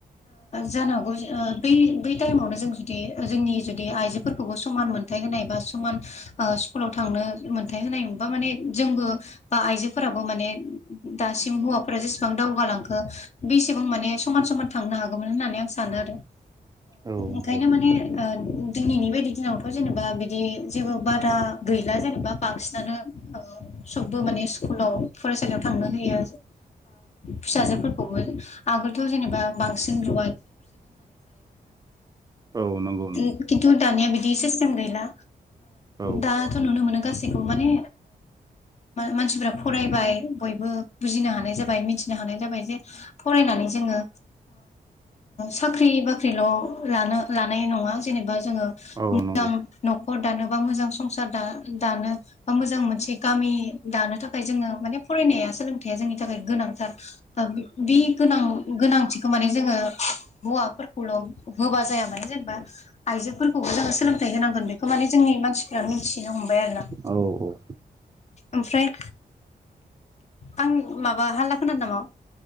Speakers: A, on the left; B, on the right.
A: जानो हागौ बै बै टाइमावनो जों जुदि जोंनि जुदि आइजोफोरखौबो समान मोनथाय होनाय बा समान स्कुलाव थांनो मोनथाइ होनाय बा माने जोंबो बा आइजोफोराबो माने दासिम हौवाफोरा जेसेबां दावगालांखो बेसेबां माने समान समान थांनो हागौमोन होननानै आं सानो
B: औ
A: ओंखायनो
B: नंगौ
A: माने दिनैनि बायदि दिनावथ' जेनेबा बिदि जेबो बादा गैला जेनेबा बांसिनानो सबबो माने स्कुलाव फरायसालियाव थांनो होयो फिसाजोफोरखौ आगोलथ' जेनेबा बांसिन रु
B: औ नंगौ नंगौ
A: खिन्थु दानिया बिदि सिस्टेम गैला
B: औ
A: दाथ' नुनो मोनो गासैखौ माने मानसिफ्रा फरायबाय बयबो बुजिनो हानाय जाबाय मिथिनो हानाय जाबाय जे फरायनानै जोङो साख्रि बाख्रिल' लानो लानाय नङा जेनेबा जोङो
B: औ
A: मोजां
B: नंगौ
A: हर दानो बा मोजां संसार दानो बा मोजां मोनसे गामि दानो थाखाय जोङो माने फरायनाया सोलोंथाइया जोंनि थाखाय गोनांथार बे गोनां गोनांथिखौ माने जोङो हौवाफोरखौल' होबा जाया माने जेनेबा आइजोफोरखौबो जोङो सोलोंथाइ होनांगोन बेखौ माने जोंनि मानसिफोरा मिथि हमबाय आरो ना
B: औ औ
A: ओमफ्राय आं माबा हाला खोनादो नामा <inaudible>